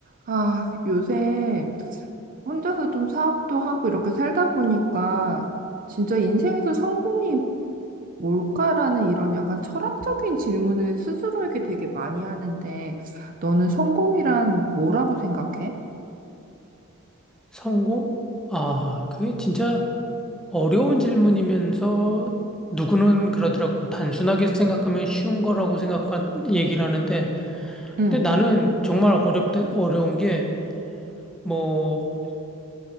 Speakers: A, on the right (about 35°); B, in the centre.
A: 아, 요새 혼자서 좀 사업도 하고 이렇게 살다 보니까 진짜 인생에서 성공이 뭘까라는 이런 약간 철학적인 질문을 스스로에게 되게 많이 하는데 너는 성공이란 뭐라고 생각해?
B: 성공? 아, 그게 진짜 어려운 질문이면서 누구는 그러더라고. 단순하게 생각하면 쉬운 거라고 생각한 얘기를 하는데,
A: 응,
B: 근데 나는 정말 어렵다, 어려운 게, 뭐,